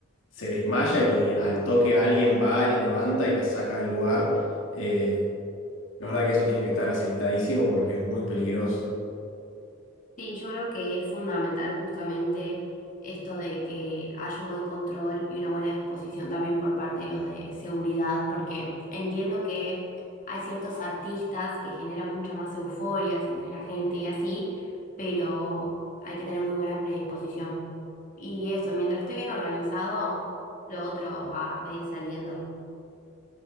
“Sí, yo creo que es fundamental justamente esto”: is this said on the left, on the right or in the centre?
Left